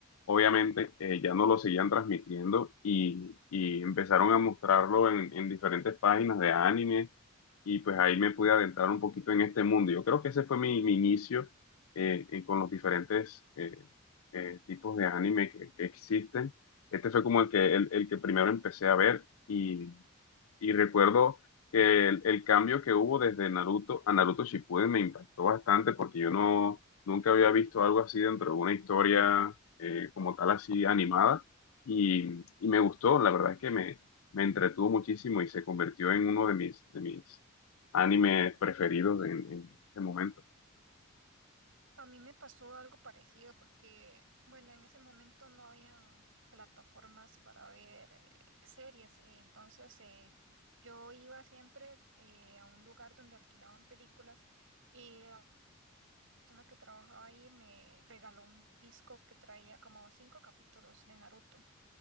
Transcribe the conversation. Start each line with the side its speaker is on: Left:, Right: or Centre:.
Left: obviamente, eh, ya no lo seguían transmitiendo y, y empezaron a mostrarlo en, en diferentes páginas de anime y pues ahí me pude adentrar un poquito en este mundo. Yo creo que ese fue mi, mi inicio eh, eh, con los diferentes eh, eh, tipos de anime que, que existen. Este fue como el que, el, el que primero empecé a ver y... Y recuerdo que el, el cambio que hubo desde Naruto a Naruto Shippuden me impactó bastante porque yo no nunca había visto algo así dentro de una historia eh, como tal así animada y, y me gustó, la verdad es que me, me entretuvo muchísimo y se convirtió en uno de mis, de mis animes preferidos en, en este momento.
Right: A mí me pasó algo parecido porque, bueno, en ese momento no habían plataformas para ver eh, series, eh, entonces eh, yo iba siempre eh, a un lugar donde alquilaban películas y la persona que trabajaba ahí me regaló un disco que traía como cinco capítulos de Naruto